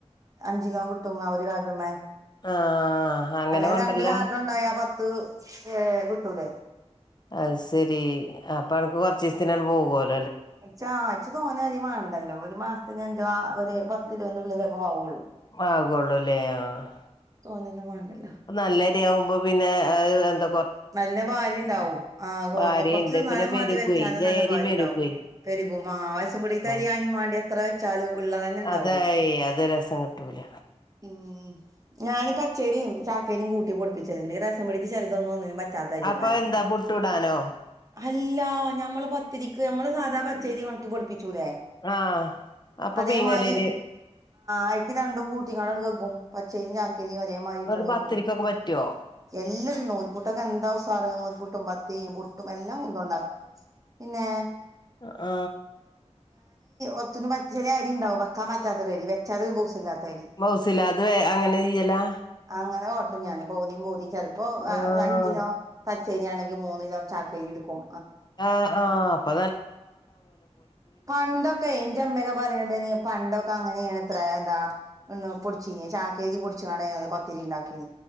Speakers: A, on the right; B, on the left.
A: അഞ്ചിലോം ട്ടും ആ ഒര് കാർഡ്മ്മെ
B: ആഹ്
A: അങ്ങനെ
B: കൊണ്ടരലാ
A: രണ്ട്‌ കാർഡ് കൊണ്ടോയാ പത്ത് ഏ കിട്ടൂലേ
B: അയ് ശെരി അപ്പൊ അനക്ക് കൊർച്ചീസ്ത്തിനണ് പോവോല്ലോ
A: ച്ച് ആ ച്ച് തോനരി മാണ്ടല്ലോ ഒരു മാസത്തിനഞ്ചോ ഒരു പത്തിലോന്റെ ഉള്ളിലൊക്കാവുള്ളൂ
B: ആകുള്ളൂല്ലേ ആ
A: തോനെന്നും മാണ്ടല്ലോ
B: നല്ലരിയാവുമ്പോ പിന്നെ അത് ന്ത
A: നല്ല ഭാരിണ്ടാവും ആ
B: ഭാര്യയുണ്ട്
A: കൊർച്ചു തി ന്നാനും
B: പിന്നെ പെരുകുവേ
A: മതി വെച്ചാലും
B: ജയരി
A: നല്ല ഭാരിണ്ടാവും
B: പെരുകുവേ
A: ക്കും ആ റേസംപീടീത്തെ അരി
B: ആഹ്
A: അയ്‌നും വാണ്ടി എത്ര വെച്ചാലും ഉള്ളതന്നെ ണ്ടാവുള്ളൂ
B: അതായി അത് രസം കിട്ടൂല
A: ഉം ഞാനി പച്ചയ്രിം ചാക്കയ്രിം കൂട്ടി പൊടിപ്പിച്ചല്ണ്ട് ഈ റേസംപീടീത്തെ ചെലതൊന്നും ഒന്നിനും പറ്റാത്തയ്രെയ്ക്കാരം
B: അപ്പൊ എന്താ പുട്ടൂടാനോ
A: അല്ലാ ഞമ്മള് പത്തിരിക്ക് ഞമ്മള് സാധാ പച്ചരി ഉണക്കി പൊടിപ്പിക്കും ച്ചൂലെ
B: ആഹ് അപ്പൊ
A: അതേമാരി
B: പീങ്ങലരി
A: അയ്ക്ക് രണ്ടും കൂട്ടീക്കാണ്ടങ്ങട്ട് കെ പച്ചരിയ്രിം ചാക്കായ്രിം ഒരേ മായ്രിട്ടണ്
B: എന്നിട്ട്
A: കെക്കും
B: പത്തിരിക്കൊക്കെ പറ്റുവോ
A: എല്ലതും ക്കെന്താ ഉസാറ് നൂൽപുട്ടും പത്തിരിം പുട്ടും എല്ലാ കുന്തോണ്ടാക്കും പിന്നേ
B: ആ
A: ഒത്തിനും പച്ചില അരി ണ്ടാകും വെക്കാൻ പറ്റാത്തൊരരി ഒര് ബൗസ്സില്ലാത്തരി
B: മൗസില അത് വേ അങ്ങനെ ചെയ്യലാ
A: അങ്ങനെ ഞാന് പൗതിം പൗതിം ചെൽപ്പോ ആ
B: ആഹ്
A: അഞ്ചിലോ പച്ചയ്രിയാണെങ്കി മൂന്നിലോ ചാക്കയ്രിട്ക്കും
B: ആ ആ അപ്പ
A: പണ്ടൊക്കെ ഞ്ചേമ്മക്കെ പറയ്ണ്ടായ്നി പണ്ടൊക്കെ അങ്ങനേണ് അത്ര എന്താ പൊടിച്ചീനി ചാക്കയ്രി പൊടിച്ച്കാണ്ടാ ഞാനിന്ന് പത്തിരി ണ്ടാക്കി